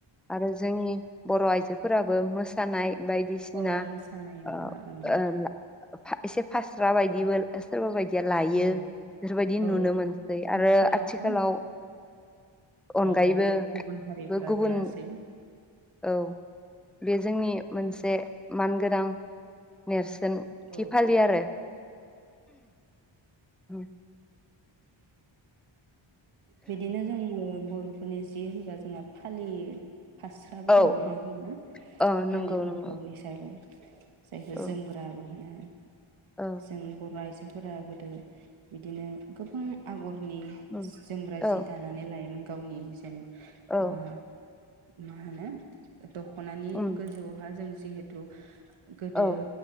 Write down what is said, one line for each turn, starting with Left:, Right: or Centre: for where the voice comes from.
Centre: आरो जोंनि बर'आइजोफोराबो मोसा सानाय बायदिसिना
Right: औ मोसानायावहा
Centre: ओ
Right: ओं
Centre: ओ ला फा एसे फास्रा बायदिबो सोरबा बायदिया लायो
Right: औ
Centre: बेफोरबायदि नुनो
Right: औ
Centre: मोनसै आरो
Right: आथिखालावथ'
Centre: आथिखालाव अनगायैबो
Right: नगायै गुबुन हारिफ्राबो
Centre: गुबुन
Right: लासै
Centre: औ बे जोंनि मोनसे मानगोनां नेरसोन थि
Right: औ
Centre: फालि आरो। हुम
Right: बिदिनो जोंङो बर'फोरनि जि होनबा जोंहा फालियो फास्राबो
Centre: औ
Right: दं नङा
Centre: औ
Right: होनबा
Centre: ओ नंगौ
Right: फालिफोर
Centre: नंगौ
Right: रलिसाबो जायखौ
Centre: औ
Right: जोमग्रा बो होनो
Centre: औ
Right: जों बर' आइजो फोरा गोदो बिदिनो गोबां आगर नि
Centre: उम
Right: जोमग्रा
Centre: औ
Right: जि दानानै लायोमोन गावनि जेने
Centre: औ
Right: बा मा होनो ओ दख'नानि
Centre: उम
Right: गोजौहा जों जिहेतु गोदो
Centre: औ